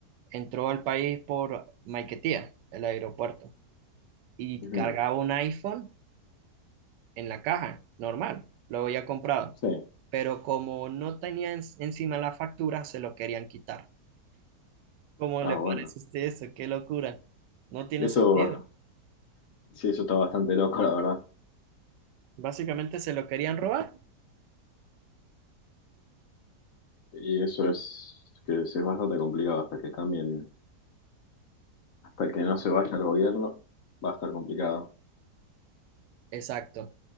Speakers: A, on the right; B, on the left.
A: entró al país por Maiquetía, el aeropuerto, y
B: Ujú,
A: cargaba un iPhone en la caja, normal, lo había comprado,
B: Sí,
A: pero como no tenía en- encima la factura, se lo querían quitar. ¿Cómo
B: ah,
A: le
B: bueno.
A: parece a usted eso? ¡Qué locura! No tiene
B: Eso
A: sentido.
B: Sí, eso está bastante loco, la verdad.
A: Básicamente se lo querían robar.
B: Y eso es que es es bastante complicado hasta que cambien, hasta que no se vaya el gobierno, va a estar complicado.
A: Exacto.